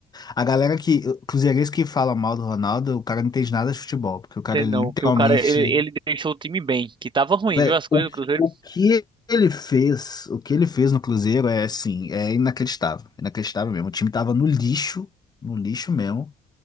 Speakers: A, on the left (about 25°); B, on the right (about 30°).
A: A galera que. Cruzeirense que fala mal do Ronaldo, o cara não entende nada de futebol, porque o cara
B: Tem Não,
A: literalmente.
B: que o cara, ele, ele deixou o time bem, que tava ruim,
A: Vé,
B: viu? As coisas
A: O, que-
B: do Cruzeiro.
A: o que ele fez, o que ele fez no Cruzeiro é, assim, é inacreditável. Inacreditável mesmo. O time tava no lixo, no lixo mesmo,